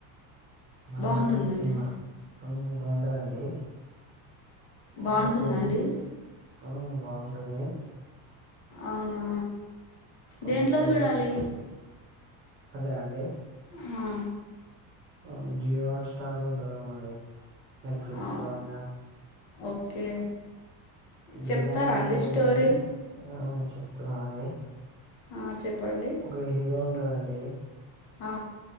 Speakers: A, on the right; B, on the left.
A: మలయాళం
B: బాగుంటుందండి
A: సినిమా ఉమ్ బావుంటదండి
B: బాగుంటుందా
A: ఒక పోలీస్
B: అండి
A: ఉ బాగుంటుంది
B: అవునా
A: ఒక
B: దేంట్లో
A: పోలీస్
B: చూడాలి
A: అదే అండి
B: హా
A: అ జియో హాస్టార్ లో ఉంటాదేమొ అండి నెట్ఫ్లిక్స్
B: ఆ
A: లో అయినా
B: ఓకే
A: 'ధృతం'
B: చెప్తరా
A: అనే
B: అండి
A: మూవీ
B: స్టోరి
A: ఉంటది. ఆ చెప్తున్నా అండి
B: ఆ చెప్పండి
A: ఒక హీరో ఉంటాడండి
B: ఆ